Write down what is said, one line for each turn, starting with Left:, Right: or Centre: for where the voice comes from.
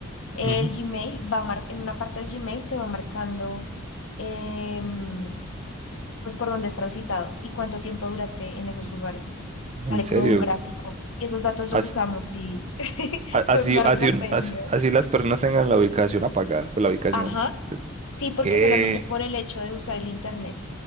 Left: el
Right: ujú.
Left: Gmail va a mar- en una parte del Gmail se va marcando em, pues por dónde has transitado y cuánto tiempo duraste en esos lugares. Sale
Right: En serio,
Left: como un gráfico y esos datos los
Right: así,
Left: usamos y <laughs>
Right: a- así,
Left: fue, me, a mí
Right: así,
Left: también
Right: un-
Left: me dio
Right: así-
Left: miedo.
Right: así las personas tengan la ubicación apagada, pues la ubicación,
Left: Ajá.
Right: eh,
Left: Sí, porque
Right: ¿qué?
Left: solamente por el hecho de usar el internet.